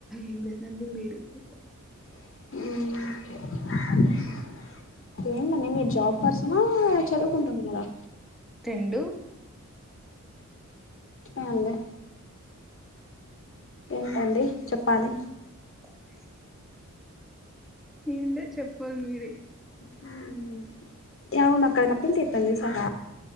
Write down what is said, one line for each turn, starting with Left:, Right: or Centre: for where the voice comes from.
Centre: ఏం లేదండి మీరే చెప్పాలి
Left: హ్మ్ ఏంటండి మీరు జాబ్ పర్సిన చదువుకుంటున్నార
Centre: రెండు
Left: ఏండి ఏంటండి చెప్ ప్పలి
Centre: ఓకే ఏంటో చెప్పాలి మీరే
Left: హుమ్మ్ ఏవండీ అక్కడ కప్పిల్ తీర్తం చుసార